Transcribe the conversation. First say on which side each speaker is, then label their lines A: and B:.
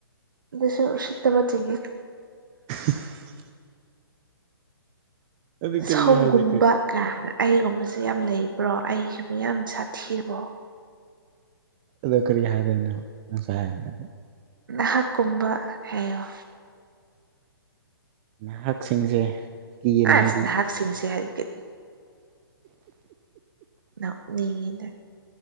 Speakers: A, on the right (about 60°); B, on the right (about 25°).
A: ꯑꯗꯨꯁꯨ ꯎꯁꯇꯥꯕꯥ ꯆꯤꯡꯏ
B: <unintelligible> ꯑꯗꯨ ꯀꯔꯤ
A: ꯁꯣꯝꯒꯨꯝꯕ
B: ꯍꯥꯏꯗꯣꯏ
A: ꯀꯥꯅ꯫ ꯑꯩꯒꯨꯝꯕꯁꯦ ꯌꯥꯝ ꯂꯩꯕ꯭ꯔꯣ ꯑꯩꯁꯤꯕꯨ ꯌꯥꯝ ꯁꯥꯊꯤꯕ꯭ꯔꯣ꯫
B: ꯑꯗꯨ ꯀꯔꯤ ꯍꯥꯏꯗꯅꯣꯁꯅꯦ ꯑꯗꯨꯗꯤ
A: ꯅꯍꯥꯛ ꯀꯨꯝꯕ ꯍꯥꯏꯌꯣ꯫
B: ꯅꯍꯥꯛꯁꯤꯡꯁꯦ ꯀꯤꯒꯅꯦ
A: ꯑꯁ
B: ꯍꯥꯏꯗꯤ꯫
A: ꯅꯍꯥꯛꯁꯤꯡꯁꯦ ꯍꯥꯏꯗꯤ ꯅꯣꯛꯅꯤꯡꯏꯗꯥ